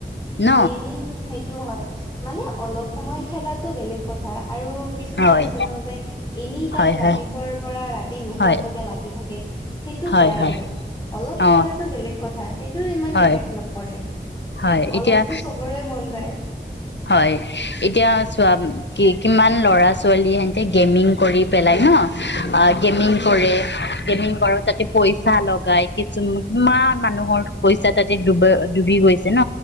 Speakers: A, on the left; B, on the left.
A: ন
B: গেইমিং, সেইটোও হয়। মানে অলপ সময় খেলাটো বেলেগ কথা। আৰু কিছুমান
A: হয়
B: আছে ন, যে এনি টাইম
A: হয়
B: ৰাতিপুৱাৰ
A: হয়
B: পৰা <unintelligible> তি নুশুৱাৰলৈকে
A: হয়
B: লাগি থাকে। কি সেইটো
A: হয়
B: বেয়া
A: হয়
B: আৰু। অলপ
A: অ
B: খেলাটো বেলেগ কথা, সেইটোৰ ইমান
A: হয়
B: ইফেক্ট নপৰে।
A: হয় এতিয়া
B: অলপতো চবৰে মন যায়।
A: হয় এতিয়া চোৱা, কি, কিমান ল'ৰা ছোৱালী সতে গেমিং কৰি পেলাই ন, গেমিং কৰে, গেমিং কৰ তাতে পইচা লগাই, কিছু, কিমান মানুহৰ পইচা তাতে ডুব, ডুবি গৈছে ন!